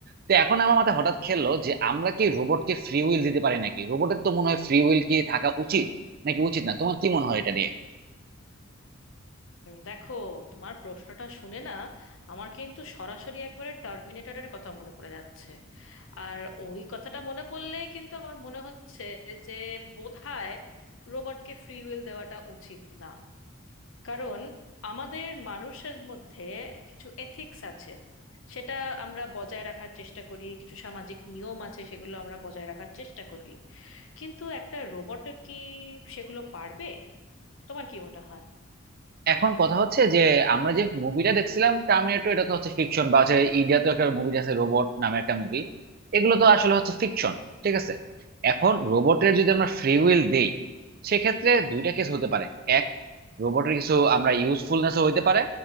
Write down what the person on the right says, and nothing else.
তো এখন আমার মাথায় হঠাৎ খেললো যে আমরা কি রোবটকে ফ্রি উইল দিতে পারি নাকি রোবটের তো মনে হয় ফ্রি উইল কি থাকা উচিত নাকি উচিত না তোমার কি মনে হয় এটা নিয়ে
এখন কথা হচ্ছে যে আমরা যে মুভিটা দেখছিলাম টার্মিনেটর এটা তো হচ্ছে ফিকশন বা হচ্ছে ইন্ডিয়া তো একটা মুভি আছে রোবট নামে একটা মুভি এগুলো তো আসলে হচ্ছে ফিকশন ঠিক আছে এখন রোবটের যদি আমরা ফ্রি উইল দেই সেক্ষেত্রে দুইটা কেস হতে পারে এক রোবটের কিছু আমরা ইউজফুলনেসও হইতে পারে